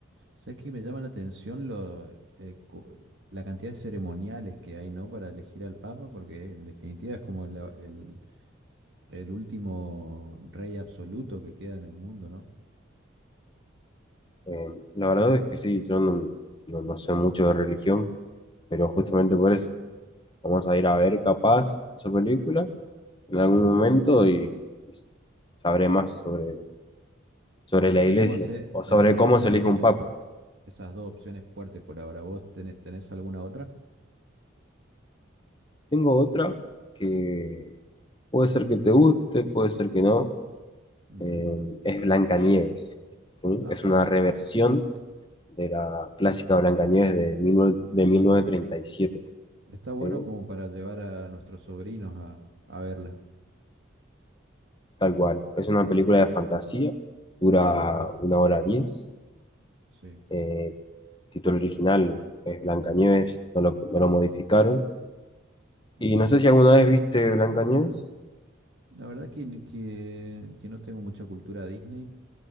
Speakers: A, on the right; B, on the left.
A: sabes que me llama la atención lo, eh, cu- la cantidad de ceremoniales que hay, ¿no? Para elegir al Papa, porque en definitiva es como el, El último rey absoluto que queda en el mundo, ¿no?
B: Eh, la verdad es que sí, yo no, no, no sé mucho de religión, pero justamente por eso. Vamos a ir a ver capaz esa película en algún
A: Ajá.
B: momento y sabré más sobre, sobre
A: Bueno,
B: la
A: tenemos,
B: iglesia
A: eh,
B: o
A: tenemos
B: sobre cómo
A: esas
B: se elige
A: dos,
B: un papa.
A: esas dos opciones fuertes por ahora. ¿Vos tené- tenés alguna otra?
B: Tengo otra que puede ser que te guste, puede ser que no.
A: Ujú.
B: eh, es Blancanieves, ¿sí?
A: Apa.
B: Es una reversión de la clásica Blancanieves de, 19 de 1937,
A: Ajá. Está bueno
B: ¿sí?
A: como para llevar a nuestros sobrinos a, a verla.
B: Tal cual. Es una película de fantasía, dura
A: Ujú.
B: una hora diez.
A: Sí,
B: eh, título original es Blancanieves, no lo, no lo modificaron.
A: muy
B: Y no
A: bien.
B: sé si alguna vez viste Blancanieves
A: La verdad que, n- que, que no tengo mucha cultura Disney,